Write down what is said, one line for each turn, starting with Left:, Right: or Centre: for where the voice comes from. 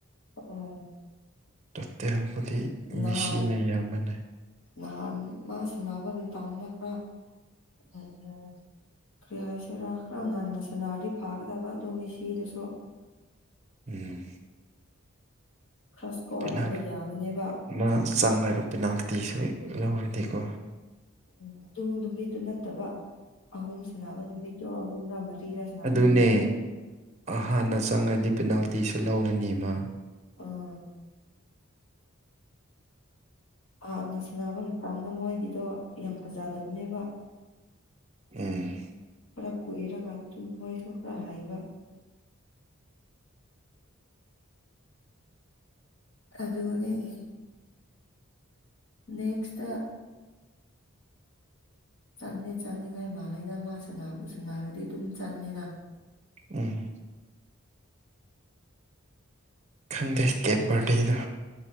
Left: ꯑꯣ
Right: ꯇꯣꯇꯦꯜꯕꯨꯗꯤ
Left: ꯅꯍꯥꯟ
Right: ꯃꯦꯁꯤꯅ ꯌꯥꯝꯕꯅꯦ
Left: ꯅꯍꯥꯟ ꯃꯥ ꯁꯥꯟꯅꯕ ꯃꯇꯝꯗ ꯈꯔ ꯎꯝ ꯎꯝ ꯀ꯭ꯔꯤ ꯍꯥꯏꯁꯤꯔ ꯈꯔ ꯉꯟꯅ ꯁꯥꯟꯅꯔꯗꯤ ꯐꯥꯒꯗꯕ ꯑꯗꯣ ꯃꯦꯁꯤꯗꯁꯨ
Right: ꯎꯝ
Left: ꯈꯔ ꯁꯀꯣꯔ
Right: ꯄꯤꯅꯥꯜ
Left: ꯇꯧꯕ ꯌꯥꯕꯅꯦꯕ
Right: ꯃꯥ ꯆꯪꯂꯒ ꯄꯦꯅꯥꯜꯇꯤꯁꯦ ꯂꯧꯔꯗꯤꯀꯣ
Left: ꯎꯝ ꯑꯗꯨ ꯅꯨꯃꯤꯠꯇꯨ ꯅꯠꯇꯕ ꯑꯍꯨꯝ ꯁꯥꯅꯕ ꯅꯨꯃꯤꯠꯇꯣ ꯑꯍꯨꯝꯔ ꯃꯔꯤꯔ ꯁꯥꯟꯅꯕ
Right: ꯑꯗꯨꯅꯦ
Left: ꯅꯨꯃꯤꯠꯇꯣ
Right: ꯍꯥꯟꯅ ꯆꯪꯉꯗꯤ ꯄꯦꯅꯥꯜꯇꯤꯁꯨ ꯂꯧꯔꯅꯤ ꯃꯥ
Left: ꯑ ꯍꯥꯟꯅ ꯁꯥꯟꯅꯕ ꯃꯇꯝꯗꯣ ꯃꯣꯏꯒꯤꯗꯣ ꯌꯥꯝ ꯐꯖꯗꯕꯅꯦꯕ
Right: ꯎꯝ
Left: ꯈ ꯀꯨꯏꯔꯒ ꯇꯨꯝ ꯃꯣꯏꯁꯨ ꯈꯔ ꯍꯩꯕ ꯑꯗꯨꯒ <unintelligible> ꯅꯦꯛꯁꯇ ꯆꯟꯗꯤ ꯆꯟꯅꯤꯡꯉꯥꯏ ꯃꯥꯂꯤꯗ ꯃꯥ ꯁꯅꯥꯕꯨ ꯁꯅꯥꯔꯗꯤ ꯑꯗꯨꯝ ꯆꯟꯅꯤꯅ
Right: ꯎꯝ ꯈꯪꯗꯦ ꯀꯦꯕ ꯕꯔꯗꯦꯗꯣ